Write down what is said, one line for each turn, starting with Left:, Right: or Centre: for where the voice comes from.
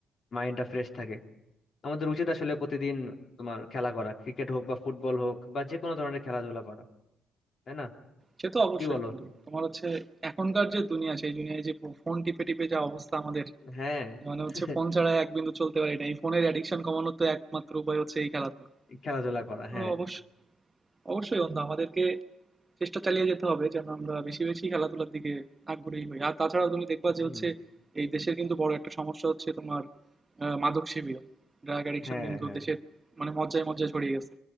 Left: মাইন্ডটা ফ্রেশ থাকে আমাদের উচিত আসলে প্রতিদিন তোমার খেলা করা ক্রিকেট হোক বা ফুটবল হোক বা যে কোনো ধরনের খেলাধুলা করা তাই না
Right: সে তো অবশ্যই
Left: কি বলো
Right: বন্ধু তোমার হচ্ছে এখনকার যে দুনিয়া সেই দুনিয়ায় যে ফোন টিপে টিপে যা অবস্থা আমাদের
Left: হ্যাঁ
Right: মানে
Left: <laughs>
Right: হচ্ছে ফোন ছাড়া এক বিন্দু চলতে পারি না এই ফোনের অ্যাডিকশন কমানোর তো একমাত্র উপায় হচ্ছে এই খেলাধুলো
Left: খেলাধুলা করা
Right: তো
Left: হ্যাঁ
Right: অবশ্যই অবশ্যই বন্ধু আমাদেরকে চেষ্টা চালিয়ে যেতে হবে যেন আমরা বেশি বেশি খেলাধুলার দিকে আগ্রহী হই আর তাছাড়া তুমি দেখবা যে
Left: হুম,
Right: হচ্ছে এই দেশের কিন্তু বড় একটা সমস্যা হচ্ছে তোমার আহ, মাদক সেবীরা ড্রাগ অ্যাডিকশন
Left: হ্যাঁ
Right: কিন্তু
Left: হ্যাঁ
Right: দেশের মানে মজ্জায় মজ্জায় ছড়িয়ে গেছে